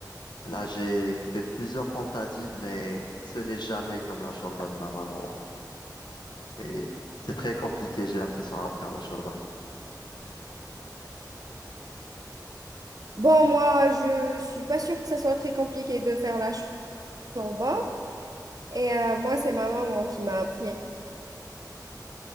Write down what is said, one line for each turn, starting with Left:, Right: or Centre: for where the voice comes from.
Left: Là, j'ai fait plusieurs tentatives, mais ce n'est jamais comme la shorba de ma maman. <laughs> Et c'est très compliqué, j'ai l'impression, à faire la shorba.
Right: Bon, moi, je suis pas sûre que ça soit très compliqué de faire la ch- chorba. Et euh, moi, c'est ma maman qui m'a appris